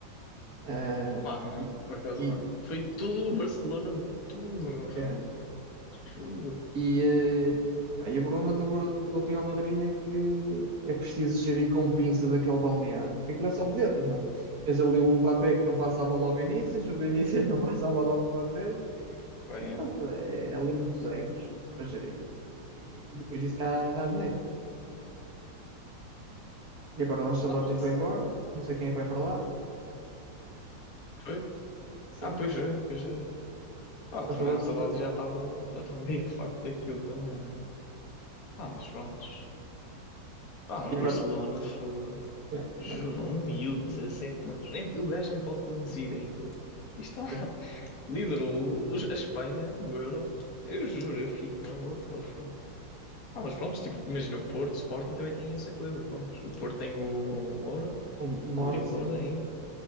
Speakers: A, on the right; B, on the left.
A: Eh,
B: Ah, não,
A: e,
B: por acaso
A: e,
B: não. Foi tudo, o Barcelona levou tudo, meu, foi,
A: eh,
B: juro.
A: e, eh, pá, e o problema do, do Real Madrid é que é preciso gerir com pinças aquele balneário. Porque aquilo é só vedetas, não é? Tens ali o Mbappé que não passa a bola ao Vinícius, o Vinícius <laughs> não passa a bola ao Mbappé.
B: Bem,
A: E pronto,
B: é.
A: é, é ali muitos egos para gerir. E, e depois disso dá, dá asneira. E agora o Ancelotti
B: Ah, mas esse-
A: foi embora. Não sei quem é que vai para lá.
B: Foi?
A: Foi
B: Ah, pois
A: o Anche-
B: é, pois é. Pronto,
A: o Ancelotti.
B: também o Ancelotti
A: Foi...
B: já estava já estava meio que farto daquilo também, né? Ah, mas pronto. Ah, mas
A: E agora?
B: Barcelona foi,
A: Yeah,
B: juro,
A: ganhou.
B: um miúdo, 17 anos. Nem, o gajo nem pode conduzir ainda. E está, <laughs>
A: Yeah.
B: liderou os- a Espanha no Euro. Eu juro, eu fico mesmo, what the fuck. Ah, mas pronto, tipo, imagina o Porto, o Sporting também tem essa coisa, pronto. O Porto tem o Moura,
A: Um- Embora,
B: Rodrigo
A: sim.
B: Moura ainda.